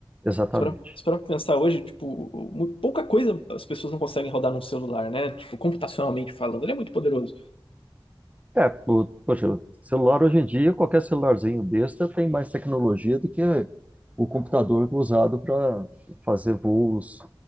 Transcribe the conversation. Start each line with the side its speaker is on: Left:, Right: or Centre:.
Right: Exatamente.
Left: Se parar se parar pra pensar hoje, tipo, mu- pouca coisa as pessoas não conseguem rodar num celular, né? Tipo, computacionalmente falando, ele é muito poderoso.
Right: É, o, poxa, o celular hoje em dia, qualquer celularzinho besta tem mais tecnologia do que o computador usado para fazer voos